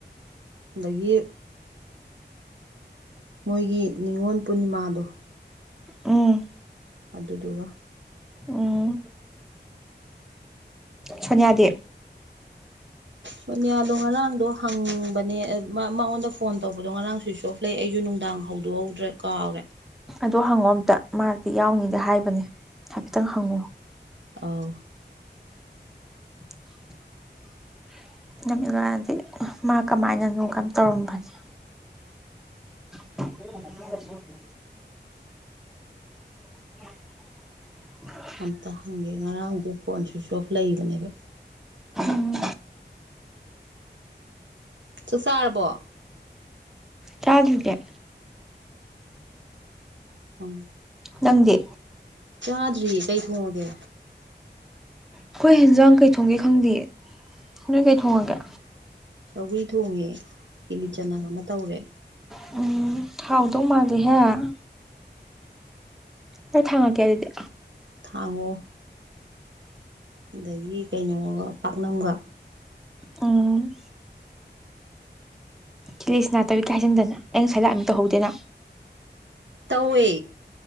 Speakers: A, on the right; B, in the centre.
A: ꯗꯒꯤ ꯃꯣꯏꯒꯤ ꯅꯤꯉꯣꯟ ꯄꯨꯅꯤꯃꯥꯗꯣ
B: ꯎꯝ
A: ꯑꯗꯨꯗꯨꯒ
B: ꯎꯝ ꯁꯣꯅꯤꯌꯥꯗꯤ
A: ꯁꯣꯅꯤꯌꯥꯗꯣ ꯉꯔꯥꯡꯗꯣ ꯍꯪꯕꯅꯦ ꯑ ꯃ ꯃꯉꯣꯟꯗ ꯐꯣꯟ ꯇꯧꯕꯗꯣ ꯉꯔꯥꯡ ꯁ꯭ꯋꯤꯖ ꯑꯣꯐ ꯂꯩ ꯑꯩꯖꯨ ꯅꯨꯡꯗꯥꯡ ꯍꯧꯗꯣꯛꯍꯧꯗ꯭ꯔꯦ ꯀꯥꯎꯔꯦ
B: ꯑꯗꯣ ꯍꯪꯉꯣ ꯑꯝꯇ ꯃꯥꯗꯤ ꯌꯥꯎꯅꯤꯗ ꯍꯥꯏꯕꯅꯦ ꯍꯥꯏꯐꯦꯠꯇꯪ ꯍꯪꯉꯣ
A: ꯑꯥꯎ
B: <inaudible> <unintelligible> ꯃꯥ ꯀꯃꯥꯏꯅꯅꯣ ꯀꯩꯝ ꯇꯧꯔꯝꯒꯅꯤ <inaudible> <inaudible>
A: ꯑꯝꯇ ꯍꯪꯒꯦ ꯉꯔꯥꯡꯗꯤ ꯐꯣꯟ ꯁ꯭ꯋꯤꯆ ꯑꯣꯐ ꯂꯩꯕꯅꯦꯕ
B: ꯎꯝ
A: ꯆꯥꯛ ꯆꯥꯔꯕꯣ
B: ꯆꯥꯗ꯭ꯔꯤꯅꯦ
A: ꯑꯪ
B: ꯅꯪꯗꯤ
A: ꯆꯥꯗ꯭ꯔꯤꯌꯦ ꯀꯩ ꯊꯣꯡꯉꯒꯦ
B: ꯑꯩꯈꯣꯏ ꯍꯦꯟꯖꯥꯡ ꯀꯩ ꯊꯣꯡꯒꯦ ꯈꯪꯗꯤꯌꯦ ꯅꯣꯏ ꯀꯩ ꯊꯣꯡꯉꯒꯦ
A: ꯁꯧꯒ꯭ꯔꯤ ꯊꯣꯡꯉꯦ ꯀꯦꯂꯤ ꯆꯅꯥ ꯑꯃ ꯇꯧꯔꯦ
B: ꯎꯝ ꯍꯥꯎꯗꯧ ꯃꯥꯜꯂꯤꯍꯦ ꯆꯥꯛ ꯊꯥꯡꯉꯛꯀꯦ ꯑꯗꯨꯗꯤ
A: ꯊꯥꯡꯉꯛꯑꯣ ꯑꯗꯒꯤ ꯀꯩꯅꯣꯒ ꯄꯥꯛꯅꯝꯒ
B: ꯑꯝ ꯀꯦꯂꯤ ꯆꯅꯥ ꯇꯧꯋꯤꯀꯥ ꯍꯥꯏꯖꯤꯟꯗꯅ ꯑꯩ ꯉꯁꯥꯏ ꯂꯥꯛꯑꯝꯃꯤ ꯇꯧꯍꯧꯗꯦꯅꯥ
A: ꯇꯧꯋꯦ